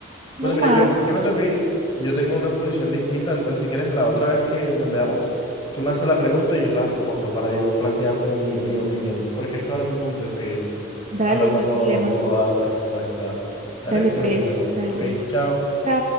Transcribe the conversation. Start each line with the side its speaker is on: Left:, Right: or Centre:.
Left: bueno,
Right: normal,
Left: mira, yo yo me tengo que ir, yo tengo una posición distinta, entonces si quieres la otra vez que nos veamos, tú me haces la pregunta y yo te la respondo para yo plantearte mi mi opinión, porque es que ahora mismo me tengo que ir.
Right: dale,
Left: Entonces ahora no
Right: no
Left: puedo,
Right: hay problema,
Left: no puedo darte respuesta. Daré
Right: dale
Left: mi
Right: pues,
Left: opinión.
Right: dale,
Left: Ok, chao.
Right: chao.